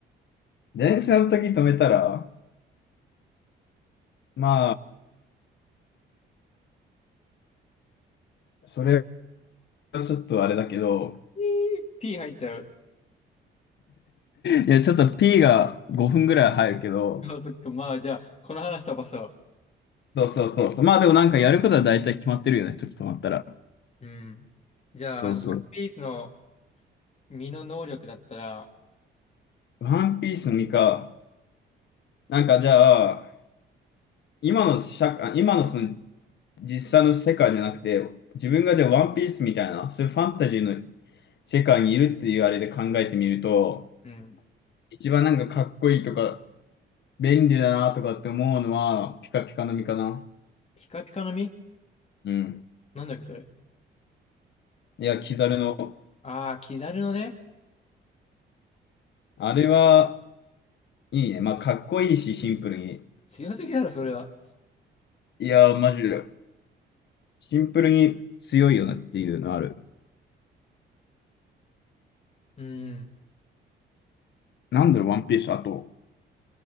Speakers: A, on the left; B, on the left.
A: 電車の時止めたら、まあ、それはちょっとあれだけど、
B: ピー、ピー入っちゃう。
A: いや、ちょっと P が5分ぐらい入るけど、
B: あそっか、まあじゃあ、この話飛ばそ
A: そうそうそうそう。まあでもなんかやることは大体決まってるよね、時止まったら。
B: う。うん。じゃあ、
A: そうそう。
B: あのワンピースの身の能力だったら、
A: ワンピースの実か。なんかじゃあ、今の社会、今のその実際の世界じゃなくて、自分がじゃあワンピースみたいな、そういうファンタジーの世界にいるっていうあれで考えてみると、
B: うん。
A: 一番なんかかっこいいとか、便利だなとかって思うのは、ピカピカの実かな。
B: ピカピカの実
A: うん。
B: なんだっけ、それ。
A: いや、キザルの。
B: ああ、キザルのね。
A: あれは、いいね。まあ、かっこいいし、シンプルに。
B: 強すぎだろ、それは。
A: いや、マジで。シンプルに強いよなっていうのある。
B: うん。
A: なんだろう、ワンピース。あと、